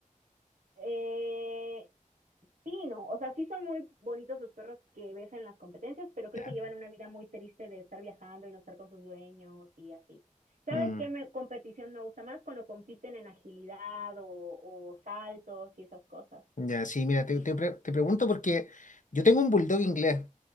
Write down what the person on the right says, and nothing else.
Eh, Sí, no, o sea, sí son muy bonitos los perros que ves en las competencias, pero creo
que llevan una vida muy triste de estar viajando y no estar con sus dueños y así. ¿Sabes
qué me- competición me gusta más? Cuando compiten en agilidad o, o saltos y esas cosas.
Sí.